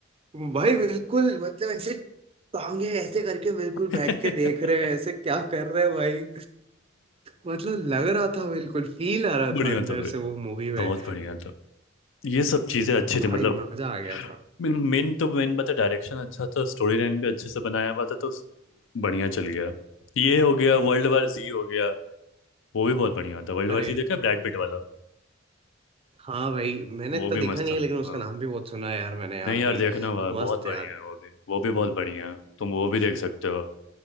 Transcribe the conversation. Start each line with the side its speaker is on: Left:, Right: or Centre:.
Right: भाई बिल्कुल मतलब ऐसे टांगे ऐसे करके बिल्कुल
Left: <laughs>
Right: बैठ के देख रहे हैं ऐसे क्या कर रहे हैं भाई मतलब लग रहा था बिल्कुल फील आ रहा
Left: बढ़िया
Right: था अंदर
Left: था भाई
Right: से वो मूवी में
Left: बहुत बढ़िया था ये सब चीजें अच्छी थी
Right: भाई
Left: मतलब
Right: मजा आ गया था
Left: मेन मेन तो मेन बात है डायरेक्शन अच्छा था स्टोरी लाइन भी अच्छे से बनाया हुआ था तो बढ़िया चल गया ये हो गया वर्ल्ड वार जी हो गया वो भी बहुत बढ़िया था वर्ल्ड
Right: अरे
Left: वार जी देखा ब्रैड पिट वाला
Right: हाँ भाई मैंने
Left: वो
Right: इतना
Left: भी
Right: देखा
Left: मस्त
Right: नहीं
Left: था
Right: है लेकिन उसका
Left: हाँ
Right: नाम भी बहुत सुना है यार मैंने यार
Left: नहीं यार
Right: भाई
Left: देखना हुआ बहुत
Right: मस्त
Left: बढ़िया
Right: यार
Left: है वो भी वो भी बहुत बढ़िया है तुम वो भी देख सकते हो